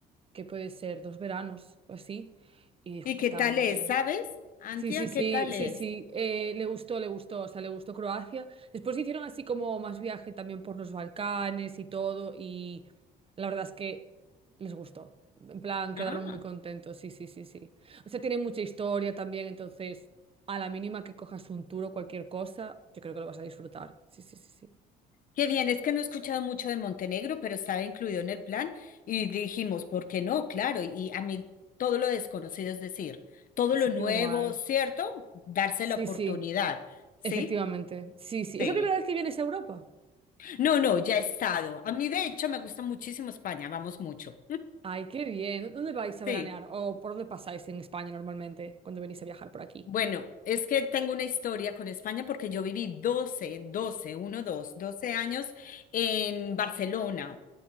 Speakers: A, on the right; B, on the left.
A: ¿qué puede ser? Dos veranos o así, y dijo
B: ¿Y
A: que
B: qué
A: estaba
B: tal
A: muy
B: es?
A: bien.
B: ¿Sabes? Antia,
A: Sí, sí, sí,
B: ¿qué tal
A: sí,
B: es?
A: sí, eh, le gustó, le gustó, o sea, le gustó Croacia. Después hicieron así como más viaje también por los Balcanes y todo, y la verdad es que les gustó. En plan, quedaron
B: Ah,
A: muy contentos, sí, sí, sí, sí. O sea, tiene mucha historia también, entonces, a la mínima que cojas un tour o cualquier cosa, yo creo que lo vas a disfrutar. Sí, sí, sí, sí.
B: qué bien, es que no he escuchado mucho de Montenegro, pero estaba incluido en el plan y dijimos, ¿por qué no? Claro, y a mí todo lo desconocido, es decir, todo
A: Sí,
B: lo nuevo,
A: qué guay.
B: ¿cierto? Darse
A: Sí,
B: la oportunidad,
A: sí,
B: ¿sí?
A: efectivamente. Sí, sí.
B: Sí.
A: ¿Es la primera vez que vienes a Europa?
B: No, no, ya he estado. A mí, de hecho, me gusta muchísimo España, vamos mucho.
A: Ay, qué bien. ¿Dónde vais a
B: Sí.
A: veranear? ¿O por dónde pasáis en España normalmente cuando venís a viajar por aquí?
B: Bueno, es que tengo una historia con España porque yo viví doce, doce, uno, dos, doce años en Barcelona.